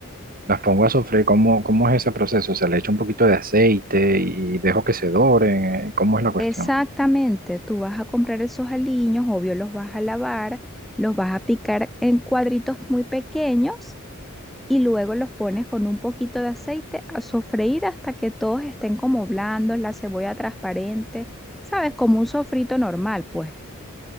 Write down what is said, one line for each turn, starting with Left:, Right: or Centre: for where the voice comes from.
Right: las pongo a sofreír. ¿Cómo, cómo es ese proceso? O sea, le echo un poquito de aceite y dejo que se doren. eh, ¿Cómo es la cuestión?
Centre: Exactamente, tú vas a comprar esos aliños, obvio los vas a lavar, los vas a picar en cuadritos muy pequeños y luego los pones con un poquito de aceite a sofreír hasta que todos estén como blandos, la cebolla transparente, ¿sabes? Como un sofrito normal, pues.